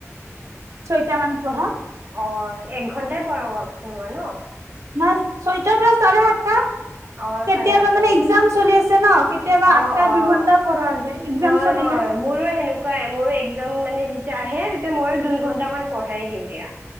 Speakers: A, on the right; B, on the right.
A: কেইটা মানত পঢ়া।
B: অহ' এক ঘণ্টাই প-পঢ়োৱা ন।
A: নাই, ছয়টাৰ পৰা চাৰে সাতটা।
B: অহ'
A: কেতিয়াবা
B: চাৰে সাতটালৈকে।
A: মানে এক্জাম চলি আছে ন কেতিয়াবা
B: অ',
A: আঠটা
B: অ'।
A: দুঘন্টাও পঢ়া যায় এক্জাম
B: হয়,
A: চলিলে
B: হয়। মোৰো সেনেকুৱাই, মোৰো এক্জাম মানে। আহে তেতিয়া মইো দুই ঘন্ট মান পঢ়াই দিওঁ দিয়া।